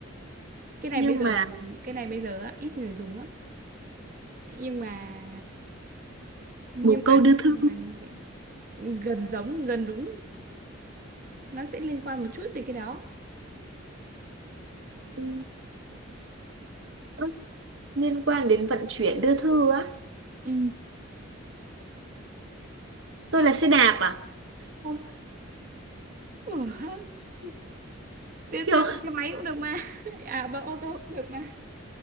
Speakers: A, on the right; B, on the right.
A: cái này
B: nhưng
A: bây giờ
B: mà
A: cái này bây giờ á, ít người dùng lắm nhưng mà nhưng
B: bồ
A: mà
B: câu đưa thư
A: nhưng mà như vậy. gần giống gần đúng nó sẽ liên quan một chút về cái đó
B: ừ, ơ, liên quan đến vận chuyển đưa thư á.
A: Ừ.
B: Tôi là xe đạp à?
A: Không. Ủa, <laughs> đưa thư
B: Kiểu,
A: bằng xe máy cũng được mà <laughs> à bằng ô tô cũng được mà